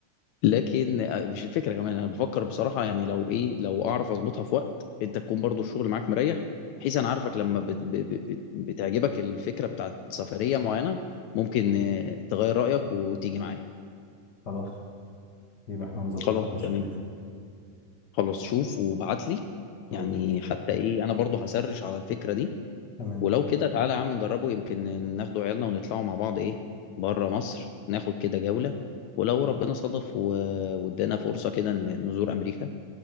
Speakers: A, on the left; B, on the left.
A: لكن آه، مش الفكره كمان انا بفكر بصراحه يعني لو ايه لو اعرف اظبطها في وقت انت تكون برضو الشغل معاك مريح بحيث انا عارفك لما بت ب- ب- بت بتعجبك الفكره بتاعت سفريه معينه ممكن آه، تغير رايك وتيجي معايا
B: خلاص يبقى احنا نظبطها
A: خلاص
B: بالشكل
A: تمام
B: ده
A: خلاص شوف وابعت لي يعني
B: اوكي
A: حتى ايه انا برضو هسرش على الفكره دي
B: تمام
A: ولو كده تعالى يا عم نجربه يمكن ناخدوا عيالنا ونطلعوا مع بعض ايه بره مصر ناخد كده جوله ولو ربنا صادف و- وادانا فرصه كده ن- نزور امريكا